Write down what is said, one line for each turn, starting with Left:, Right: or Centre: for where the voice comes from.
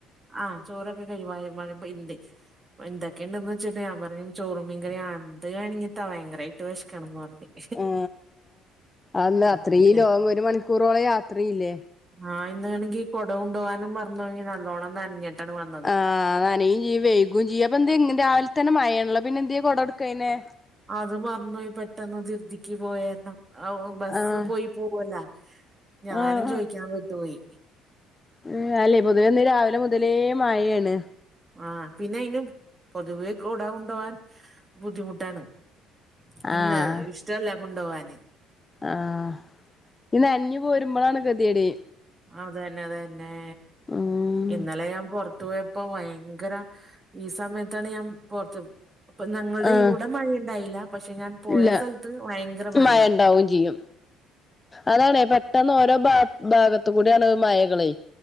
Right: ആഹ് ചോറൊക്കെ കഴിവായ പ്പോ ഹിന്ദി. എന്തൊക്കെയുണ്ടന്ന് വെച്ചിട്ട് ഞാൻ പറഞ്ഞു ചോറും മീൻകറി അത് ണെങ്കിൽതാ ഭയങ്കരായിട്ട് വെശക്ക്ണ്ന്ന് റഞ്ഞ്
Left: ആ അല്ല അത്രം
Right: എന്നിട്ട്
Left: ലോങ്ങ്‌ ഒരു മണിക്കൂറോളം യാത്രല്ലേ?
Right: ആ ഇന്നണെങ്കിൽ കൊട കൊണ്ട് പോവാനും മറന്ന്പോയി നല്ലോണം നനഞ്ഞിട്ടാണ് വന്നത്
Left: ആ ആ നനയുംചെയ്യും വെ <unintelligible> അപ്പ എന്തെ രാവിലെതന്നെ മഴയണല്ലോ പിന്നെ എന്തെ കൊടകൊടുകായിഞ്ഞേ
Right: അത് മറന്ന് പോയി പെട്ടെന്ന് ദി ർതിക്ക് പോയതാ ആ ബസ്സ്
Left: ആഹ്
Right: പോയി. പോവല്ലേ, ഞാനും
Left: ആഹ്
Right: ചോയ്ക്കാൻ വിട്ടു പോയി.
Left: ഉം അല്ലെ പൊതുവെന്ന് രാവിലെ മുതലേ മാഴണ്.
Right: ആഹ് പിന്നെ അതിനും പൊതുവേ കുട കൊണ്ടോകാൻ ബുദ്ധിമുട്ടാണ്. പിന്നെ
Left: ആഹ്
Right: ഇഷ്ടല്ല കൊണ്ടോവാൻ.
Left: ആഹ് ഈ നനഞ്ഞ് പോരുമ്പോഴാണ് കെതിയെട്.
Right: അതന്നെ അതന്നെ
Left: ഉം
Right: ഇന്നലെ ഞാൻ പോറത്ത്പോയ പ്പൊ ഭയങ്കര ഈ സമയത്താണ് ഞാൻ പുറത്ത്. അപ്പൊ ഞങ്ങളുടെ
Left: ആഹ്
Right: ഇവിടെ മഴ ഉണ്ടായില്ല പക്ഷെ ഞാൻ പോയ
Left: ഇല്ല
Right: സ്ഥലത്ത് ഭയങ്കര മഴ.
Left: മഴ ഇണ്ടാക്കും ചെയ്യും. അതാണ് പെട്ടെന്ന് ഓരോ ഭാ ഭാഗത്ത് കൂടെ ആണ് മഴകള്.